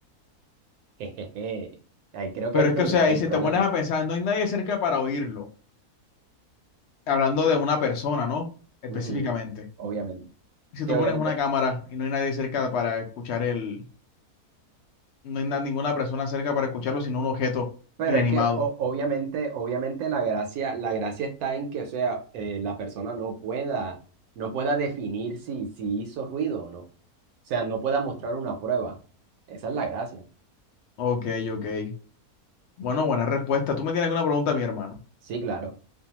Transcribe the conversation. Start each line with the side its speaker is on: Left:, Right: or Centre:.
Right: <laughs> Jejeje. Ahí creo que
Left: Pero
Right: ahí es
Left: es
Right: donde
Left: que, o sea,
Right: está
Left: y
Right: el
Left: si
Right: problema.
Left: te pones a pensar, no hay nadie cerca para oírlo. Hablando de una persona, ¿no? Específicamente.
Right: Ujú, Obviamente.
Left: Y si
Right: Sí,
Left: tú
Right: obviamente.
Left: pones una cámara y no hay nadie cerca para escuchar el, no hay na- ninguna persona cerca para escucharlo, sino un objeto
Right: Pero
Left: inanimado.
Right: es que o- obviamente, obviamente la gracia, la gracia está en que, o sea, eh, la persona no pueda, no pueda definir si, si hizo ruido o no. O sea, no pueda mostrar una prueba. Esa es la gracia.
Left: Ok, ok. Bueno, buena respuesta. ¿Tú me tienes alguna pregunta, mi hermano?
Right: Sí, claro.